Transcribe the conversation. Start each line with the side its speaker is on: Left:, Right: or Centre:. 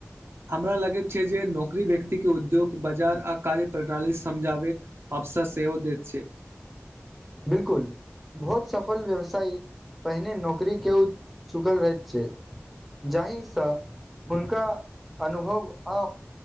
Right: हमरा लगैत छै जे नौकरी व्यक्ति के उद्योग बाजार आ कार्य प्रणाली समझाबैक अवसर सेहो दैत छै
Centre: बिल्कुल बहुत सफल व्यवसायी पहिने नौकरी के चुकल रहैत छैय जाहिसँ हुनका अनुभव आ